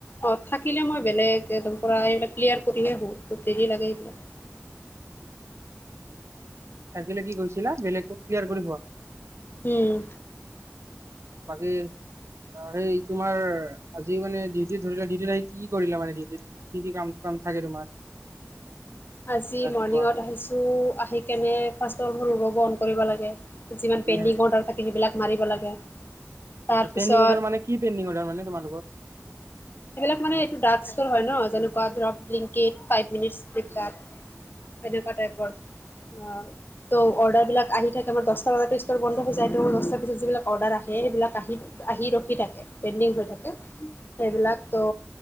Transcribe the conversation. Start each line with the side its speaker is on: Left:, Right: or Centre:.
Left: অ', থাকিলে মই বেলেগ একদম পুৰা এইবিলাক ক্লিয়াৰ কৰিহে শুৱ, দেৰি লাগে এইবিলাক।
Right: থাকিলে কি কৈছিলা? বেলেগ ক্লিয়াৰ কৰি শুৱা।
Left: উম।
Right: বাকী অ', সেই তোমাৰ আজি মানে ডিউটিত ধৰিলা ডিউটিত আহি, কি কৰিলা মানে ডিউটিত? কি, কি কাম থাকে তোমাৰ,
Left: আজি
Right: ৰাতিপুৱা?
Left: মৰ্ণিঙত আহিছোঁ আহি কেনে ফা্ষ্টৰ মোৰ ৰুবব অন কৰিব লাগে। যিমান
Right: উম।
Left: পেইণ্ডিং অৰ্ডাৰ থাকে সেইবিলাক মাৰিব লাগে। তাৰপিছত
Right: পেন্দিং অৰ্ডাৰ মানে কি পেণ্ডিং অৰ্ডাৰ মানে তোমালোকৰ?
Left: এইবিলাক মানে এইটো ডাৰ্ক স্তৰ হয় ন যেনেকুৱা ব্লিংকেত টাইপ মিনীত চেটাপ,
Right: <inaudible>
Left: এনেকোৱা টাইপৰ। অ, ত' অৰ্ডাৰ বিলাক আহি থাকে আমাৰ দচটা বজাটো ষ্টৰ বন্ধ হৈ যায় ত দহটা পিচত যিবিলাক অৰ্ডাৰ আহে, বিলাক আহি-আহি ৰখি থাকে পেইণ্ডিং হৈ থাকে সেইবিলাক ত,